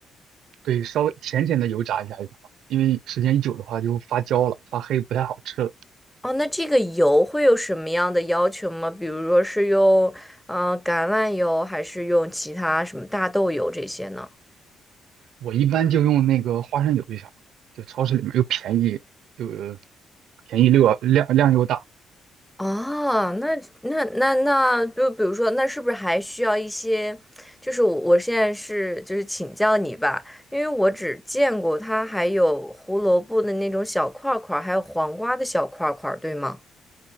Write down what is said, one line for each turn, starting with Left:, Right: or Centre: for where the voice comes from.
Right: 对，稍微浅浅的油炸一下就行了，因为时间一久的话就发焦了，发黑不太好吃了。
Centre: 哦，那这个油会有什么样的要求吗？比如说是用嗯、呃橄榄油，还是用其他什么大豆油这些呢？
Right: 我一般就用那个花生油就行了，就超市里面又便宜又便宜又要量量又大。
Centre: 哦，那那那那，就比如说，那是不是还需要一些？就是我我现在是就是请教你吧，因为我只见过它还有胡萝卜的那种小块儿块儿，还有黄瓜的小块儿块儿，对吗？